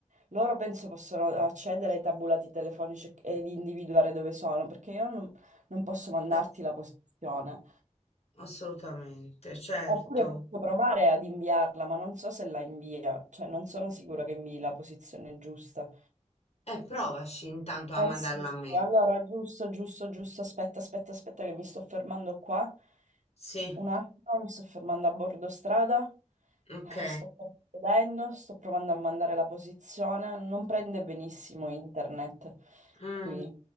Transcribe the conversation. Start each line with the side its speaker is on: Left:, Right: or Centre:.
Right: loro penso possono accedere ai tabulati telefonici ed individuare dove sono, perché io non, non posso mandarti
Left: Eh,
Right: la posizione.
Left: assolutamente, certo.
Right: Oppure posso provare ad inviarla, ma non so se la invia, cioè non sono sicura che invii la posizione giusta.
Left: E provaci intanto a
Right: Eh
Left: mandarla
Right: sì, sì,
Left: a me.
Right: allora giusto, giusto, giusto, aspetta, aspetta, aspetta che mi sto fermando qua.
Left: Sì,
Right: Un attimo, mi sto fermando a bordo strada,
Left: ok.
Right: Eh, sto vedendo, sto provando a mandare la posizione, non prende benissimo internet
Left: Mm,
Right: qui,